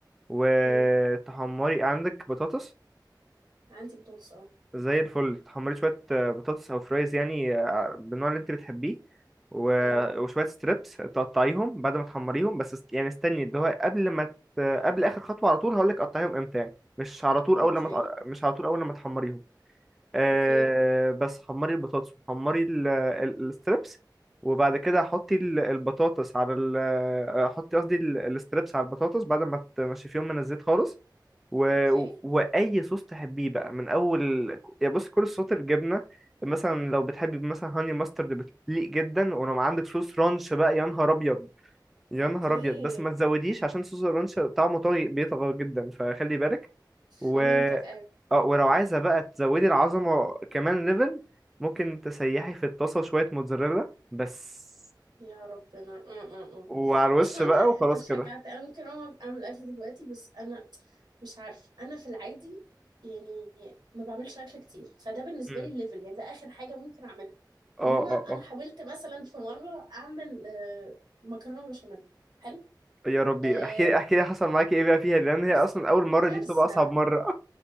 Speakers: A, in the centre; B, on the right.
A: وتحمري
B: مم.
A: عندك بطاطس
B: عندي بطاطس أه
A: زي الفل تحمري شوية آه، بطاطس أو فرايز يعني آه، بالنوع اللي انت بتحبيه و-
B: مم.
A: وشوية ستريبس تقطعيهم بعد ما تحمريهم بس است- يعني استني اللي هو قبل ما ت... قبل آخر خطوة على طول هقولك قطعيهم امتى يعني مش على طول أول
B: أوكي
A: لما تق- مش على طول أول لما تحمريهم آه
B: أوكي
A: بس حمري البطاطس وحمري ال- ال- الستريبس وبعد كده حطي ال- البطاطس على ال آه، حطي قصدي ال- الستريبس على البطاطس بعد ما تنشفيهم من الزيت خالص و...
B: أوكي
A: و- واي صوص تحبيه بقى من اول يا بص كل صوصات الجبنه مثلا لو بتحبي مثلا هاني ماسترد بتليق جدا ولو عندك صوص رانش بقى يا نهار ابيض يا
B: أوكي
A: نهار ابيض بس ما تزوديش عشان صوص الرانش طعمه طاغي بيطغى جدا فخلي بالك و
B: فهمتك أيوة
A: اه ولو عايزة بقى تزودي العظمة كمان ليفل ممكن تسيحي في الطاسة شوية موتزاريلا بس
B: يا ربنا اه اه اه
A: وعلى الوش
B: بص هو انت
A: بقى
B: انت
A: وخلاص
B: شجعت
A: كده
B: انا ممكن اقوم اعمل اكل دلوقتي بس انا مش عارف انا في العادي يعني ما بعملش اكل كتير فده بالنسبه
A: مم.
B: لي الليفل يعني ده اخر حاجه ممكن اعملها
A: اه
B: انما انا
A: اه اه
B: حاولت مثلا في مره اعمل آه، مكرونه بشاميل حلو
A: يا ربي
B: آه،
A: احكي لي احكي لي حصل معاكي ايه بقى فيها لان هي
B: بص
A: اصلا اول مرة
B: كارثه
A: دي بتبقى اصعب مرة